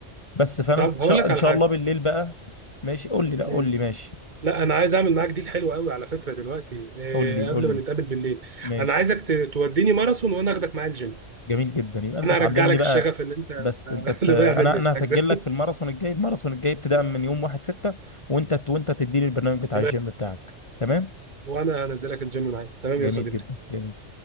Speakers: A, on the left; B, on the right.
A: بس فانا
B: طب
A: ان شاء
B: هقول لك
A: ان
B: على
A: شاء
B: حاجه
A: الله بالليل بقى ماشي قول لي لا
B: مم.
A: قول لي ماشي
B: لا انا عايز اعمل معاك ديل حلو قوي على فكره دلوقتي إيه
A: قول لي
B: قبل
A: قول
B: ما
A: لي
B: نتقابل بالليل
A: ماشي
B: انا عايزك ت- توديني ماراثون وانا اخدك معايا الجيم
A: جميل جدا يبقى انت
B: انا
A: تعلمني
B: هرجع لك
A: بقى
B: الشغف اللي انت
A: بس انت
B: <laughs>
A: ت...
B: اللي
A: انا
B: ضايع منك
A: انا هسجل
B: ده
A: لك في الماراثون الجاي الماراثون الجاي ابتداء من يوم 1 6 وانت وانت تديني البرنامج
B: <laughs>
A: بتاع
B: تمام
A: الجيم بتاعك تمام
B: وانا هنزلك الجيم معايا تمام
A: جميل
B: يا صديقي
A: جدا جميل